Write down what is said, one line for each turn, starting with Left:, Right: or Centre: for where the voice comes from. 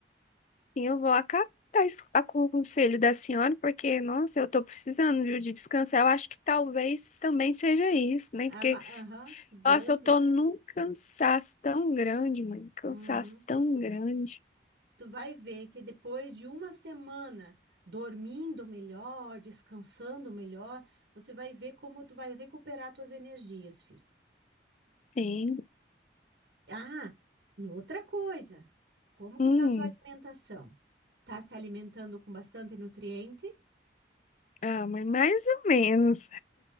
Left: sim, eu vou acatar esse- a- co- o conselho da senhora, porque, nossa, eu tô precisando, viu, de descansar. Eu acho que talvez também seja isso, né?
Right: A
Left: Porque
Right: ma- Aham, grande.
Left: Nossa, eu tô num cansaço tão grande, mãe. Cansaço
Right: Uhum.
Left: tão grande.
Right: Tu vai ver que depois de uma semana dormindo melhor, descansando melhor, você vai ver como tu vai recuperar tuas energias, filho.
Left: Sim.
Right: Ah, e outra coisa, como
Left: Hum.
Right: que tá a tua alimentação? Tá se alimentando com bastante nutriente?
Left: Ah, mas mais ou menos.